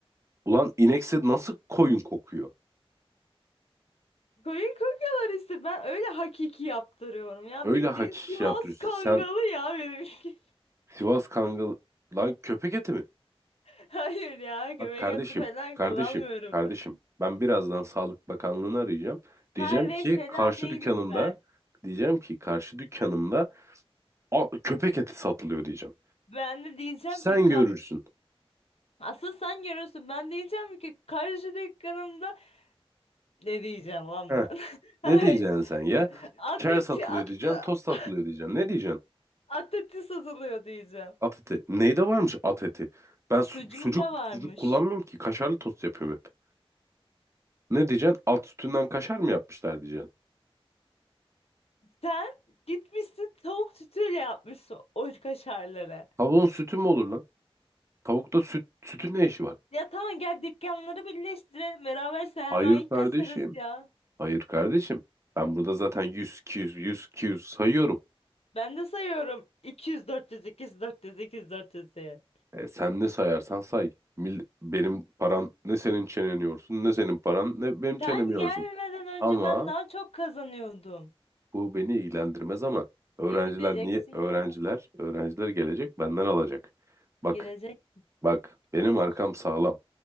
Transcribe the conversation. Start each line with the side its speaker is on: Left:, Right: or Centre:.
Right: Ulan inekse nasıl koyun kokuyor?
Left: Koyun kokuyorlar işte. Ben öyle hakiki yaptırıyorum ya.
Right: Öyle
Left: Bildiğin
Right: hakiki
Left: Sivas
Right: yaptırıyorsun.
Left: Kangalı
Right: Sen
Left: ya benimki.
Right: Sivas Kangal... Lan köpek eti mi?
Left: <laughs> Hayır ya köpek
Right: Bak kardeşim,
Left: eti falan
Right: kardeşim,
Left: kullanmıyorum
Right: kardeşim.
Left: ben.
Right: Ben birazdan Sağlık Bakanlığı'nı arayacağım. Diyeceğim
Left: Kardeş
Right: ki
Left: falan
Right: karşı
Left: değilim
Right: dükkanımda,
Left: ben.
Right: diyeceğim ki karşı dükkanımda "Aa, köpek eti satılıyor diyeceğim.
Left: Ben de diyeceğim
Right: Sen
Left: ki kardeş.
Right: görürsün.
Left: Asıl sen görürsün. Ben diyeceğim ki karşı dükkanımda ne diyeceğim lan
Right: Heh.
Left: ben? <laughs> Ay,
Right: Ne diyeceksin sen ya?
Left: ateti
Right: Ker satılıyor
Left: eti at.
Right: diyeceksin, tost
Left: <laughs>
Right: satılıyor diyeceksin. Ne diyeceksin?
Left: At satılıyor diyeceğim.
Right: At eti. Neyde varmış at eti? Ben su-
Left: Sucuğun
Right: sucuk
Left: da varmış.
Right: sucuk kullanmıyorum ki. Kaşarlı tost yapıyorum hep. Ne diyeceksin? At sütünden kaşar mı yapmışlar diyeceksin.
Left: Sen gitmişsin tavuk sütüyle yapmışsın o kaşarları.
Right: Tavuğun sütü mü olur lan? Tavukta süt, sütün ne işi var?
Left: Ya tamam gel dükkanları birleştirelim beraber sermayeyi
Right: Hayır kardeşim.
Left: kasarız ya.
Right: Hayır kardeşim. Ben burada zaten 100, 200, 100, yüz sayıyorum.
Left: Ben de sayıyorum 200 400 200 400 200 400 diye.
Right: E, sen ne sayarsan say. Mil- benim param ne senin çenen yorsun, ne senin paran ne benim çenemi
Left: Sen
Right: yorsun.
Left: gelmeden önce
Right: Ama
Left: ben daha çok kazanıyordum.
Right: bu beni ilgilendirmez ama öğrenciler
Left: Ya gideceksin
Right: niye? Öğrenciler,
Left: ya.
Right: öğrenciler gelecek benden alacak. Bak,
Left: Gidecek.
Right: bak benim
Left: Hayır.
Right: arkam sağlam.